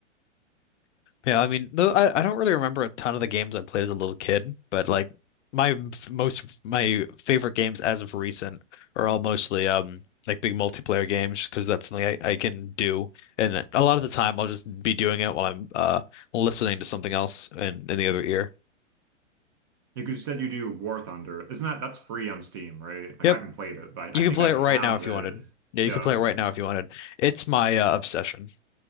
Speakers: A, on the left; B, on the right.
A: Yeah, I mean, though I, I don't really remember a ton of the games I played as a little kid, but like my f- most my favorite games as of recent are all mostly um like big multiplayer games because that's something I, I can do, and then a lot of the time I'll just be doing it while I'm uh listening to something else in in the other ear.
B: You could- said you do War Thunder. Isn't that that's free on Steam, right? Like
A: Yep,
B: I haven't played it, but
A: you
B: I, I think
A: can play
B: I have
A: it right now if
B: it.
A: you wanted. Yeah,
B: Yeah.
A: you can play it right
B: <laughs>
A: now if you wanted. It's my uh, obsession.